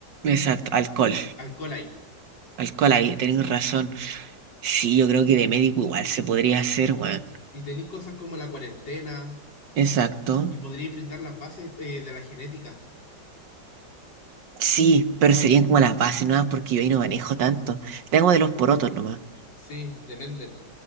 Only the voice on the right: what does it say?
Exacto, alcohol.
Alcohol ahí, tenéis razón. Sí, yo creo que de médico igual se podría hacer, weón.
Exacto.
Sí, pero serían como las bases no, porque yo ahí no manejo tanto. Tengo de los porotos nomás.